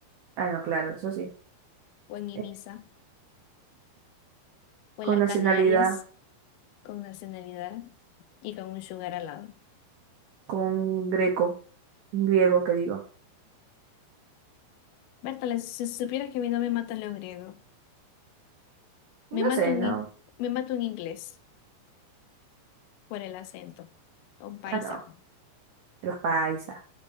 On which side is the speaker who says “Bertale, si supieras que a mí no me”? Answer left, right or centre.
Left